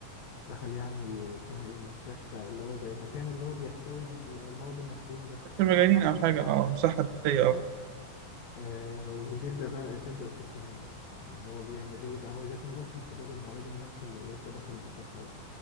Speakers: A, on the left; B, on the right.
A: دخل يعني اسمها ايه مستشفى اللي هو زي مكان اللي هو بيحتوي المرضى النفسيين ده
B: مش
A: مصحة
B: المجانين او
A: مصحة
B: حاجة اه
A: مصحة
B: مصحة نفسية
A: مصحة
B: اه
A: آه وبيبدأ بقى تبدأ القصة هنا بقى هو بيعمل ايه بقى هو جاك نيكولسون في دور المريض النفسي اللي لسه داخل المصحة ده